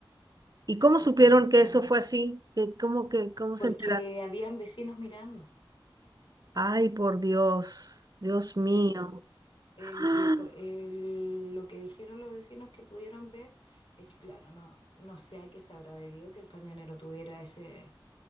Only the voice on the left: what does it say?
exactamente.
a mí.
Porque
habían vecinos mirando.
Eh, co- el-
lo co- el- lo que dijeron los vecinos que pudieron ver es que, claro, no, no sé a qué se habrá debido que el camionero tuviera ese,